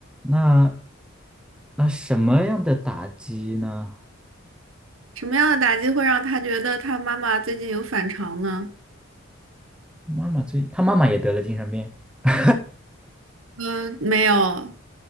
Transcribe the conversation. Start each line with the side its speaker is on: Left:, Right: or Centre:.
Centre: 那那什么样的打击呢？
Right: 什么样的打击会让他觉得他妈妈最近有反常呢？
Centre: 妈妈最，他妈妈也得了精神病。<laughs>
Right: 嗯、没有，